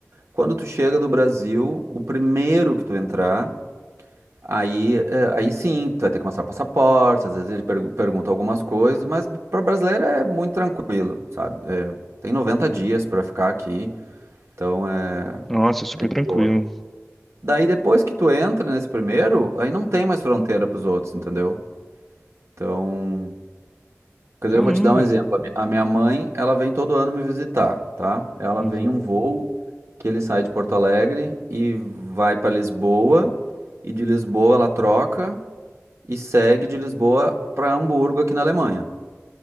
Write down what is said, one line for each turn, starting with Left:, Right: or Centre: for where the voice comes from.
Right: quando tu chega do Brasil, o primeiro que tu entrar, aí, é, aí sim, tu vai ter que mostrar passaporte, às vezes ele pergu- pergunta algumas coisas, mas para brasileiro é muito tranquilo, sabe? É, tem 90 dias para ficar aqui, então é,
Centre: Nossa, super
Right: é de
Centre: tranquilo.
Right: boa. Daí depois que tu entra nesse primeiro, aí não tem mais fronteira pros outros, entendeu? Então, quer dizer,
Centre: Caramba.
Right: eu vou te dar um exemplo. A mi- a minha mãe, ela vem todo ano me visitar, tá? Ela
Centre: Uhum.
Right: vem um voo que ele sai de Porto Alegre e vai para Lisboa, e de Lisboa ela troca e segue de Lisboa para Hamburgo aqui na Alemanha.